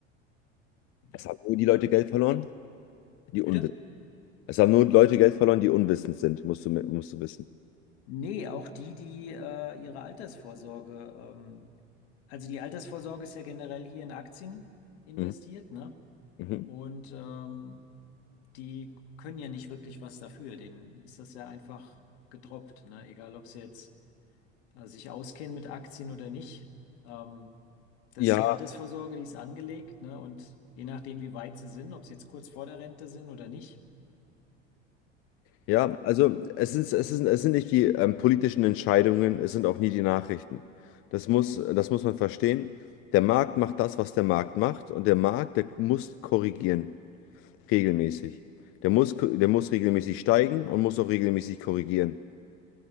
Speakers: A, on the left (about 65°); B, on the left (about 40°).
A: Ja.
B: Es haben nur die Leute Geld verloren, die unwissend.
A: Bitte?
B: Es haben nur Leute Geld verloren, die unwissend sind, musst du, mi- musst du wissen.
A: Nee, auch die, die äh, ihre Altersvorsorge, ähm, also die Altersvorsorge ist ja generell hier in Aktien investiert,
B: Mhm.
A: ne?
B: Mhm.
A: Und ähm, die können ja nicht wirklich was dafür. Denen ist das ja einfach gedroppt, ne? Egal, ob sie jetzt äh, sich auskennen mit Aktien oder nicht. Ähm, das
B: Ja,
A: ist die Altersvorsorge, die ist angelegt, ne? Und je nachdem, wie weit sie sind, ob sie jetzt kurz vor der Rente sind oder nicht.
B: ja, also es ist, es ist, es sind nicht die ähm, politischen Entscheidungen, es sind auch nie die Nachrichten. Das muss, das muss man verstehen. Der Markt macht das, was der Markt macht, und der Markt, der muss korrigieren, regelmäßig. Der muss, ko- der muss regelmäßig steigen und muss auch regelmäßig korrigieren.